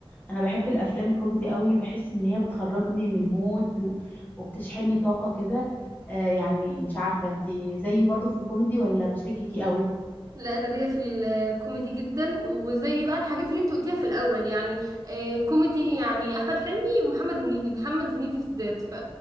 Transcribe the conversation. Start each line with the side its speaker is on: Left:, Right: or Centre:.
Left: انا بحب الافلام الكوميدي قوي بحس ان هي بتخرجني من المود و... وبتشحنني طاقة كده آه يعني مش عارفة انتي زيي برضو في الكوميدي ولا مش ليكي فيه قوي
Right: لا انا ليا في الكوميدي جدا وزي بقى الحاجات اللي انت قلتيها في الاول يعني آه كوميدي يعني احمد حلمي ومحمد هنيدي محمد هنيدي بالذات ف